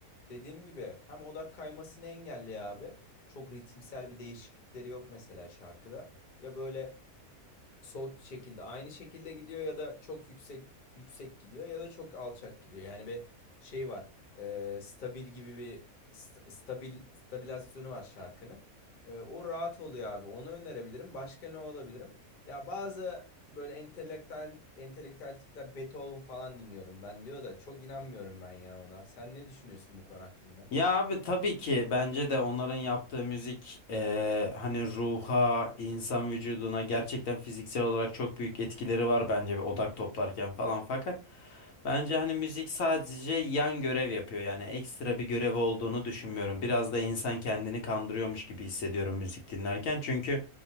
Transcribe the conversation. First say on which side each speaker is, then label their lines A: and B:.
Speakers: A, on the left; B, on the left.
A: Dediğim gibi hem odak kaymasını engelliyor abi. Çok ritimsel bir değişiklikleri yok mesela şarkıda. Ya böyle soğut bir şekilde aynı şekilde gidiyor ya da çok yüksek yüksek gidiyor ya da çok alçak gidiyor. Yani bir şey var. e, stabil gibi bir st- stabil stabilizasyonu var şarkının. E, o rahat oluyor abi. Onu önerebilirim. Başka ne olabilirim? Ya bazı böyle entelektüel entelektüel tipler Beethoven falan dinliyorum ben diyor da çok inanmıyorum ben ya ona. Sen ne düşünüyorsun bu konu hakkında?
B: Ya abi tabii ki bence de onların yaptığı müzik eee, hani ruha, insan vücuduna gerçekten fiziksel olarak çok büyük etkileri var bence bir odak toplarken falan. Fakat Bence hani müzik sadece yan görev yapıyor yani ekstra bir görev olduğunu düşünmüyorum. Biraz da insan kendini kandırıyormuş gibi hissediyorum müzik dinlerken. Çünkü